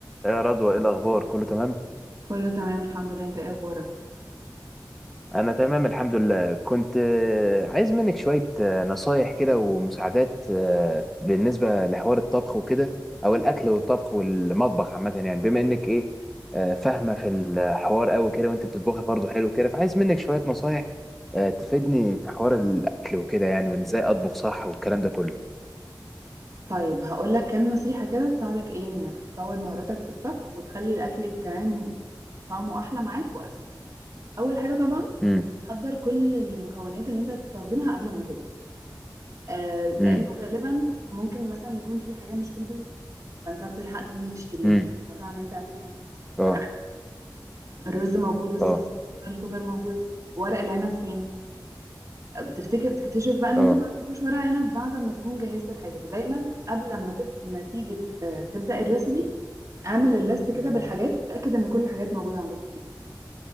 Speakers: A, in the centre; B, on the right (about 40°).
A: يا رضوى ايه الاخبار كله تمام
B: كله تمام الحمد لله انت ايه اخبارك
A: انا تمام الحمد لله كنت آه، عايز منك شوية آه، نصايح كده ومساعدات آه، بالنسبة لحوار الطبخ وكده او الاكل والطبخ والمطبخ عامة يعني بما انك ايه آه، فاهمة في الحوار قوي كده وانت بتطبخي برضه حلو كده فعايز منك شوية نصايح آه، تفيدني في حوار الاكل وكده يعني وان ازاي اطبخ صح والكلام ده كله
B: طيب هقول لك كام نصيحة كده تساعدك ايه منك تطور مهاراتك في الطبخ وتخلي الاكل كمان طعمه احلى معاك واسهل اول حاجة طبعا
A: امم
B: حضر كل المكونات اللي انت هتستخدمها قبل ما تبدأ آه لانه
A: امم
B: غالبا ممكن مثلا يكون في حاجة مش في البيت فانت هتلحق تنزل تشتريها
A: امم
B: مثلا انت عايز تعمل ورق
A: اه
B: عنب، الرز موجود الصلصة
A: اه
B: موجودة الخضار موجود ورق العنب فين بتفتكر بتكتشف بقى ان
A: اه
B: انتوا ما عندكوش ورق عنب بعد ما تكون جهزت الحاجه فدايما قبل ما تب... ما تيجي ت- آه، تبدا الريسبي اعمل الليست كده بالحاجات وتاكد ان كل الحاجات موجوده عندكم في البيت